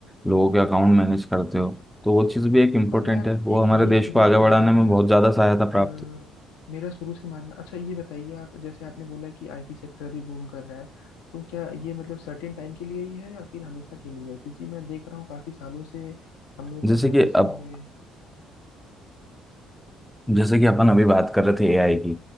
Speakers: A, in the centre; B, on the left.
A: लोगों के अकाउंट मैनेज करते हो तो वो चीज़ भी एक इम्पोर्टेंट
B: पर यार
A: है वो
B: एक
A: हमारे
B: ये
A: देश
B: शुरू
A: को आगे
B: से रहा
A: बढ़ाने
B: है
A: में
B: ना
A: बहुत ज़्यादा सहायता प्राप्त
B: अ,
A: है
B: मेरा शुरू से मानना अच्छा ये बताइए आप जैसे आपने बोला कि आईटी सेक्टर अभी बूम कर रहा है तो क्या ये मतलब सर्टेन टाइम के लिए ही है या फिर हमेशा के लिए है क्योंकि मैं देख रहा हूँ काफी सालों से हम लोग
A: जैसे
B: सर्विसेज
A: कि अब
B: में
A: जैसे कि अपन अभी बात कर रहे थे एआई की